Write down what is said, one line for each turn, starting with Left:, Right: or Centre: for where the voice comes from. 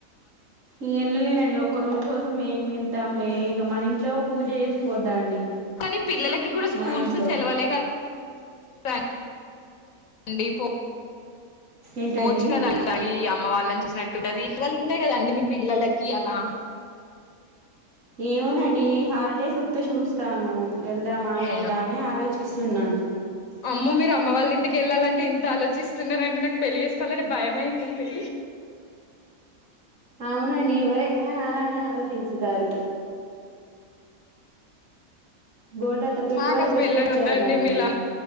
Right: ఈ వెల్ళలేలండి ఒక్క రోజు కోసం మేమి వెళ్తాం ఇక మన ఇంట్లో పూజ చేసుకోవద్దా అండి
Left: కానీ పిల్లలకి కూడా స్కూల్స్
Right: మా ఇంట్లో
Left: సెలవలే కదాండి పో
Right: ఏంటండి
Left: పోర్చుగల్ అ అమ్మ వాళ్ళని చూసినట్టుంటంది ఇవళ ఉంటాయి కదండి నీ పిల్లలకి అలా
Right: ఏమోనన్ ఇ హాలిడేస్ వత్తే చూస్తాను వెళ్దామా
Left: ఏ
Right: వద్దా అని ఆలోచ చిస్తున్నాను
Left: అమ్మో మీరు అమ్మ వాళ్ళ ఇంటికి వెళ్ళాలంటే ఇంత ఆలోచిస్తున్నారంటే నాకు పెళ్లి చేసుకోవాలంటె భయం అయితుంది
Right: అవునండి ఎవరైనా అలానే ఆలోచించుతారు బోల్డంత పెట్టుబడి
Left: నాకు అసలు
Right: పెట్టి
Left: పెళ్ళని
Right: వచ్చారు
Left: వద్దండి
Right: కదండి
Left: మీలా